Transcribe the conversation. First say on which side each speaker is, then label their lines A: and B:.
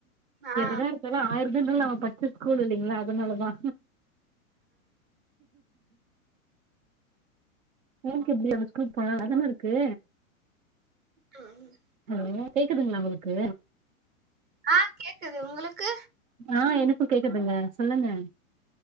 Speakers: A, on the right; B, on the right.
A: ஆ
B: என்னதா இருந்தாலு ஆயிரந்தா இருந்தாலு நம்ப படிச்ச ஸ்கூல் இல்லிங்களா அதனாலதா உனக்கு எப்டி அந்த ஸ்கூல் போனா நல்லாதான இருக்கு
A: ஆ <inaudible>
B: ஹலோ கேக்குதுங்களா உங்களுக்கு
A: ஆ கேக்குது உங்களுக்கு
B: ஆ எனக் கேக்குதுங்க சொல்லுங்க